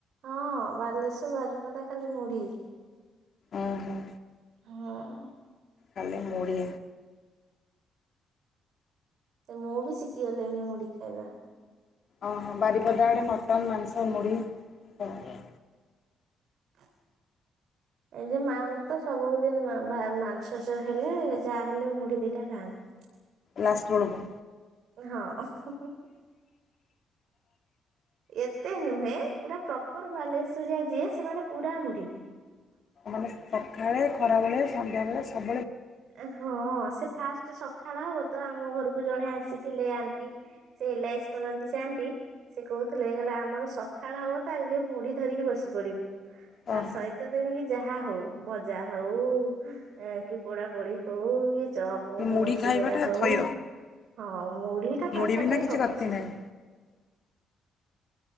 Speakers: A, on the right; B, on the left.
A: ହଁ ବାଲେଶ୍ଵର ବାାରିପଦା ଖାଲି ମୁଢି।
B: ଓହୋଃ।
A: ହଁ
B: ଖାଲି ମୁଢି।
A: ସେ ମୁଁ ବି ଶିଖି ଗଲି ମୁଢି ଖାଇବା।
B: ଓହୋଃ ବାରିପଦା ଆଡେ ମଟନ୍ ମାଂସ। କୁ ମୁଢ଼ି। ଆଜ୍ଞା।
A: ହ ଏ ଯେ ମା ମତ ସବୁ ଦିନ ଭା ମାଂସ ହେଲେ ଯାହା ହେଲେ ମୁଢି ଦିଟା ଖାଆନ୍ତି।
B: ଲାଷ୍ଟ୍ ବେଳକୁ।
A: ହଁ ହୁଁହୁଁହୁଁ। ଏତେ ନୁହେଁ ପୁରା ପ୍ରପର୍ ବାଲେଶ୍ବରିଆ ଯିଏ ସେମାନେ ପୁରା ମୁଢ଼ି।
B: ମାନେ ସଖାଳେ ଖରାବେେଳେ ସନ୍ଧ୍ୟାବେଳେ ସବୁ
A: ହଁ ସେ ଫାଷ୍ଟ ସଖାଳ ହବ ତ ଆମ ଘରକୁ ଜଣେ ଆସିଥିଲେ ଆଣ୍ଟି ସେ ଏଲାଇସ୍ କରନ୍ତି ସେ ଆଣ୍ଟି ସେ କହୁଥିଲେ କହିଲଲେ ଆମର ସଖାଳ ହବ ତ ଆଗେ ମୁଢ ଧରିକି ବସି ପଡିବୁ ତା
B: ଓହୋ
A: ସହିତ ତଣିକି ଯାହା ହଉ ବଜା ହଉ କି ପଢାପଢି ହଉ ଚପଉ
B: ଏ ମୁଢ଼ି
A: ଶିଗଡା
B: ଖାଇବାଟା
A: ହଉ
B: ଥୟ
A: ହଁ ମୁଢୀ ଟା
B: ମୁଢ଼ି
A: ତା ସାଙ୍ଗରେ
B: ବିନା କିଛି
A: ଗପ
B: ଗତି ନାହିଁ।